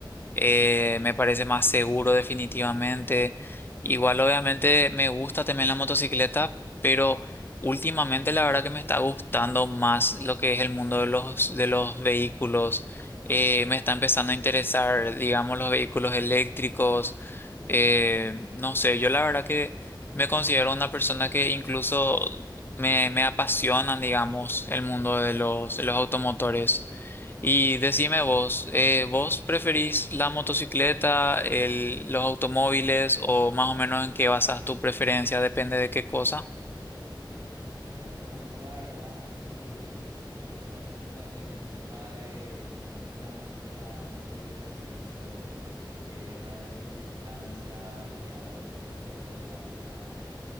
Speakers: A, on the left; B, on the right.
A: eh, me parece más seguro definitivamente. Igual obviamente me gusta también la motocicleta, pero últimamente la verdad que me está gustando más lo que es el mundo de los, de los vehículos. Eh, me está empezando a interesar, digamos, los vehículos eléctricos. Eh, no sé, yo la verdad que me considero una persona que incluso me, me apasionan, digamos, el mundo de los, de los automotores. Y decime vos, eh, ¿vos preferís la motocicleta, el- los automóviles o más o menos en qué basas tu preferencia? Depende de qué cosa.
B: Buena pregunta, la verdad. Y bueno, justamente con el tema de, de la, de la motocicleta, sí es cierto. Eh, para la circunstancia de algo corto, de algo más